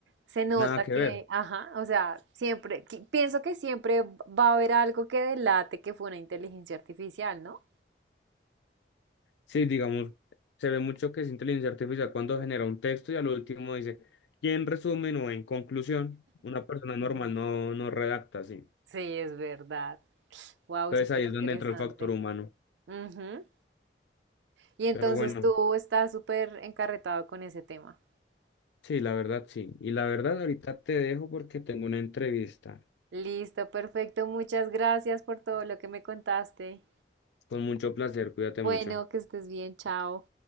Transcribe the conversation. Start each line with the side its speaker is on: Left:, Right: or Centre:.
Right: se nota
Left: Nada que
Right: que,
Left: ver.
Right: ajá, o sea, siempre, que- pienso que siempre va a haber algo que delate que fue una inteligencia artificial, ¿no?
Left: Sí, digamos, se ve mucho que es inteligencia artificial cuando genera un texto y al último dice, y en resumen o en conclusión, una persona normal no, no redacta así.
Right: Sí, es verdad. Wow,
Left: Entonces
Right: súper
Left: ahí es
Right: interesante.
Left: donde entra el factor humano.
Right: Ujú. Y entonces
Left: Pero bueno,
Right: tú estás súper encarretado con ese tema.
Left: sí, la verdad sí. Y la verdad ahorita te dejo porque tengo una entrevista.
Right: Listo, perfecto. Muchas gracias por todo lo que me contaste.
Left: Con mucho placer, cuídate
Right: Bueno,
Left: mucho.
Right: que estés bien. Chao.